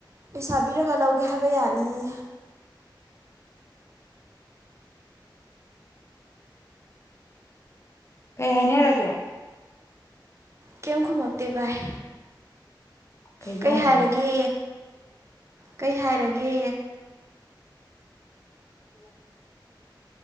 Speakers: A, on the right (about 35°); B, on the left (about 35°).
A: ꯄꯩꯁꯥ ꯄꯤꯔꯒ ꯂꯧꯒꯦ ꯍꯥꯏꯕ ꯌꯥꯅꯤꯌꯦ
B: ꯀꯩ ꯍꯥꯏꯅꯤ ꯍꯥꯏꯔꯒꯦ
A: ꯀꯦꯝꯈꯨꯃꯒꯇꯚꯏ
B: ꯀꯩꯅꯣ
A: ꯀꯩ
B: ꯍꯥꯏꯁꯤꯕꯣ
A: ꯍꯥꯏꯔꯒꯦ ꯀꯩ ꯍꯥꯏꯔꯒꯦ
B: ꯎ